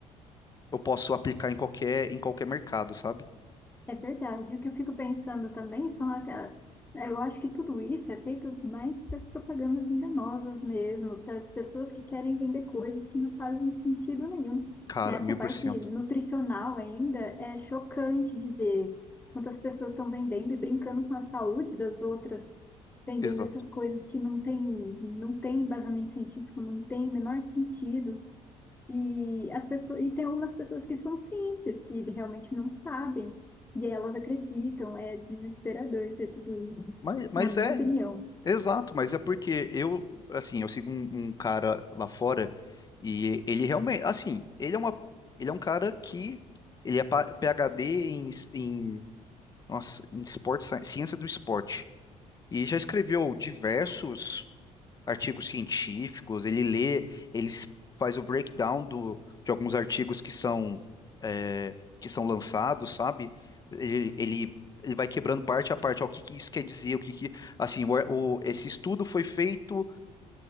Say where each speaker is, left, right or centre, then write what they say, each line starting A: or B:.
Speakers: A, on the left; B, on the left.
A: eu posso aplicar em qualquer, em qualquer mercado, sabe?
B: É verdade. O que eu fico pensando também são aquelas. né, Eu acho que tudo isso é feito mais para as propagandas enganosas mesmo, para as pessoas que querem vender coisas que não fazem sentido nenhum.
A: Cara,
B: Nessa
A: mil
B: parte
A: por cento.
B: nutricional ainda, é chocante de ver quantas pessoas estão vendendo e brincando com a saúde das outras, vendendo
A: Exato.
B: essas coisas que não tem, não tem embasamento científico, não tem o menor sentido. E, as pessoas, e tem algumas pessoas que são simples, que realmente não sabem, e aí elas acreditam, é desesperador ver tudo isso,
A: Mas, mas
B: na minha
A: é.
B: opinião.
A: Exato, mas é porque eu, assim, eu sigo um, um cara lá fora e ele realmente, assim, ele é uma, ele é um cara que ele é pa- PhD em, s- em, nossa, em esporte, sci- ciência do esporte e já escreveu diversos artigos científicos, ele lê, ele s- faz o breakdown do, de alguns artigos que são, é, que são lançados, sabe? Ele, ele, ele vai quebrando parte a parte, ó, o que que isso quer dizer, o que que, assim, o, ar- o- esse estudo foi feito,